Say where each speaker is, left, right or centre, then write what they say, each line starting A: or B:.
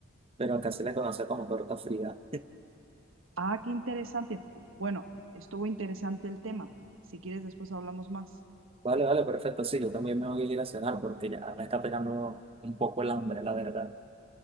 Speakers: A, on the right; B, on the right.
A: pero acá se le conoce como torta fría.
B: Ah, qué interesante. Bueno, estuvo interesante el tema. Si quieres, después hablamos más.
A: Vale, vale, perfecto, sí, yo también me voy a ir a cenar porque ya me está pegando un poco el hambre, la verdad.